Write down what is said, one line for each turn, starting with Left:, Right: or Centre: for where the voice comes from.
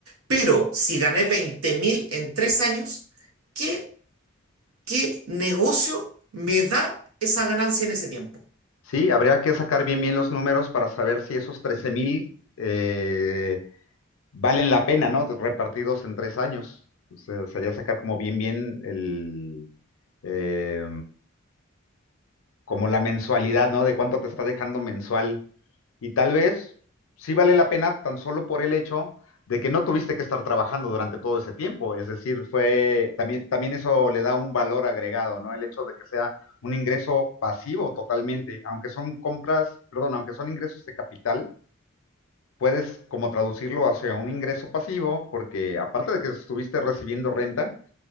Right: Pero si gané veinte mil en tres años, ¿qué, qué negocio me da esa ganancia en ese tiempo?
Left: Sí, habría que sacar bien bien los números para saber si esos trece mil eh, valen la pena, ¿no? Repartidos en tres años. O sea, sería sacar como bien bien el, eh, como la mensualidad, ¿no? De cuánto te está dejando mensual. Y tal vez sí vale la pena tan solo por el hecho de que no tuviste que estar trabajando durante todo ese tiempo. Es decir, fue también, también eso le da un valor agregado, ¿no? El hecho de que sea un ingreso pasivo totalmente, aunque son compras, perdón, aunque son ingresos de capital, puedes como traducirlo hacia un ingreso pasivo, porque aparte de que estuviste recibiendo renta,